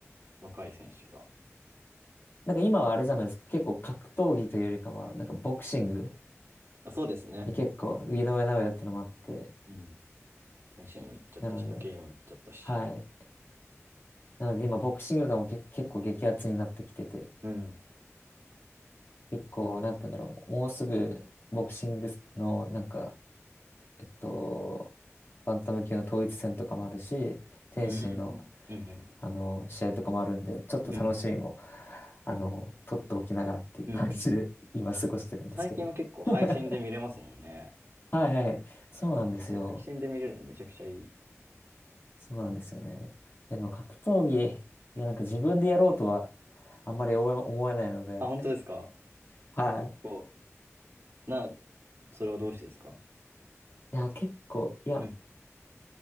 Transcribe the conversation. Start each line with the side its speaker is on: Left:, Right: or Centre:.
Right: 若い選手が。
Left: なんか今はあれじゃないですか。結構格闘技というよりかは、なんかボクシング
Right: あ、そうですね。
Left: に結構、井上尚弥ってのもあって。
Right: うん。天心も行っちゃったし、
Left: なので、
Right: 武井も行っちゃったし。
Left: はい。なので今、ボクシングがもうけ結構激アツになってきてて、
Right: うん。
Left: 結構、なんて言うんだろう。もうすぐ、ボクシングの、なんか、えっと、バンタム級の統一戦とかもあるし、天心の、
Right: うん。うん。
Left: あの、試合とかもあるんで、ちょっと楽しみも、
Right: うん。うん。
Left: あの、取っておきながらっていう感じで、
Right: うん。うん
Left: 今過ごしてるんですけど。
Right: 最近は結構配信で見れますもんね。
Left: <laughs> はいはい。そうなんですよ。
Right: あれも配信で見れるのめちゃくちゃいい。
Left: そうなんですよね。え、でも格闘技、いや、なんか自分でやろうとは、あんまり思え思えないので、
Right: あ、本当ですか
Left: はい。
Right: 結構、な、それはどうしてですか
Left: いや、結構、いや、
Right: うん。